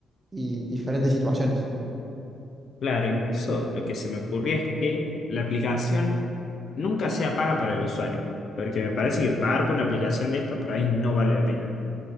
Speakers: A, on the right; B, on the left.
A: y diferentes situaciones.
B: Claro, incluso lo que se me ocurría es que la aplicación nunca sea paga para el usuario, porque me parece que pagar por una aplicación de esta por ahí no vale la pena.